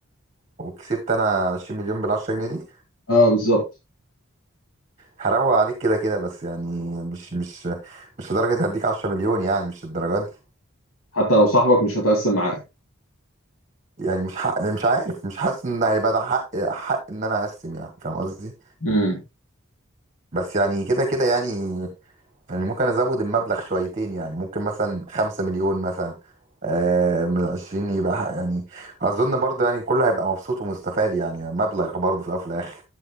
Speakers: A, on the right (about 35°); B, on the left (about 80°).
A: وكسبت انا 20 مليون بال 10 جنيه دي
B: اه بالظبط
A: هروق عليك كده كده بس يعني مش مش مش لدرجه هديك 10 مليون يعني مش الدرجات دي
B: حتى لو صاحبك مش هتقسم معاه
A: يعني مش حق مش عارف مش حاسس ان هيبقى ده حق حق ان انا اقسم يعني فاهم قصدي
B: مم.
A: بس يعني كده كده يعني يعني ممكن ازود المبلغ شويتين يعني ممكن مثلا خمسة مليون مثلا آه من عشرين يبقى ح- يعني اظن برضه يعني كله هيبقى مبسوط ومستفاد يعني مبلغ برضه في الاول وفي الاخر